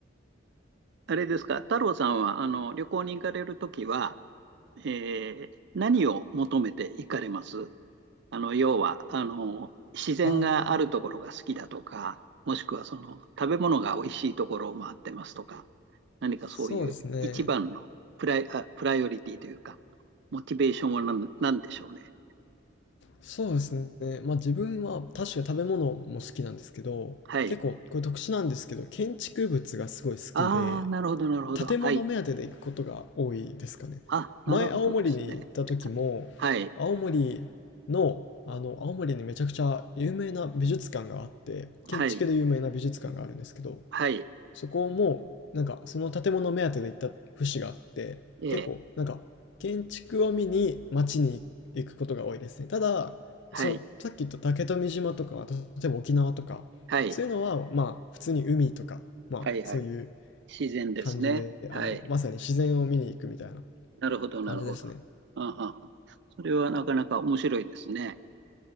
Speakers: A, on the right (about 60°); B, on the left (about 65°).
A: あれですか、太郎さんは、あの、旅行に行かれるときは、ええ、何を求めて行かれますあの、要は、あの、自然があるところが好きだとか、
B: あー、
A: もしくはその食べ物が美味しいところを回ってますとか、何かそういう一番のプライ、
B: そうですね。
A: あ、プライオリティというか、モチベーションは何、なんでしょうね。
B: そうですね。まあ自分は確か食べ物も好きなんですけど、
A: はい。
B: 結構これ特殊なんですけど、建築物がすごい好きで、
A: ああ、なるほど、なるほど。
B: 建物目当てで行くことが多いですかね。
A: はい。あ、なるほどですね。
B: 前、青森に行った時も、
A: はい。
B: 青森の、あの、青森にめちゃくちゃ有名な美術館があって、建築で有名な美術館があるんですけど、
A: はい。はい。
B: そこも、なんか、その建物目当てで行った節があって、
A: ええ。
B: 結構、なんか、建築を見に街に行くことが多いですね。ただ、
A: はい。
B: そう、さっき言った竹富島とか、例えば沖縄とか、
A: はい。
B: そういうのは、まあ、普通に海とか、まあ、
A: はい。はい。
B: そういう
A: 自然ですね。
B: 感じで、
A: はい。
B: あの、まさに自然を見に行くみたいな
A: なるほど、
B: 感じですね。
A: なるほど。ああ、それはなかなか面白いですね。